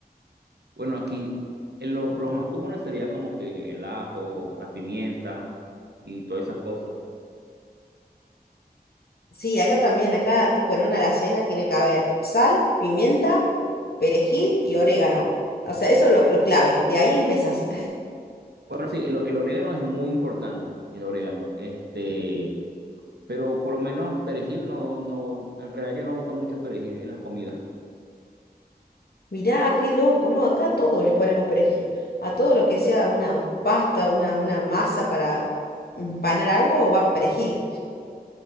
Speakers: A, on the right; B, on the left.
A: Bueno, aquí eh, lo, lo más común sería como que el ajo, la pimienta y todas esas cosas.
B: Sí, acá también, acá tipo en una alacena tiene que haber sal, pimienta, perejil y orégano. O sea, eso es lo, lo clave, de ahí empezás.
A: Bueno, sí, el, el orégano es muy importante, el orégano. Este, pero por lo menos perejil no, no, en realidad yo no uso mucho perejil en las comidas.
B: Mirá, qué loco, ¿no? Acá a todo le ponemos perejil. A todo lo que sea una pasta, una, una masa para empanar algo, va perejil.